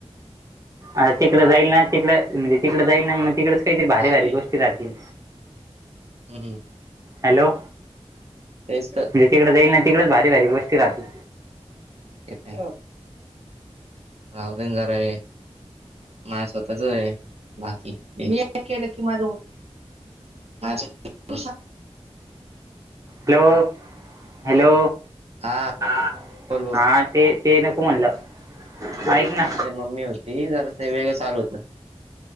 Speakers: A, on the right (about 30°); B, on the right (about 65°).
A: आ तिकडं जाईल ना तिकडं म्हणजे तिकडं जाईल ना मग तिकडडेच काहीत भारी
B: चालू
A: भारी
B: आहे
A: गोष्टी राहतील
B: हम्म
A: हॅलो
B: तेच तर
A: तिकडे जाईल ना तिकडेच भारी गोष्ट राहतील
B: ते रावदन जरा आहे माय स्वतःच आहे माफी. केलं की माझ तु
A: हॅलो हॅलो
B: हा
A: हा
B: बोल बोल
A: ते ते नको म्हणलं ऐक ना
B: ते मम्मी होती जरा ते वेगळं चालू होतं